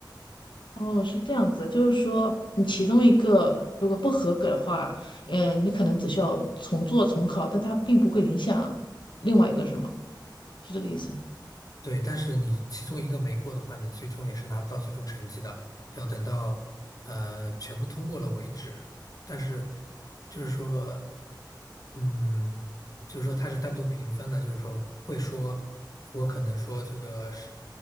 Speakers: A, on the left (about 85°); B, on the left (about 50°).
A: 哦，是这样子的，就是说你其中一个如果不合格的话，嗯，你可能只需要重做重考，但它并不会影响另外一个，是吗？是这个意思。
B: 对，但是你其中一个没过的话，你最终也是拿不到最终成绩的，要等到呃全部通过了为止。但是就是说。嗯，就是说它是单独评分的，就是说会说，我可能说这个是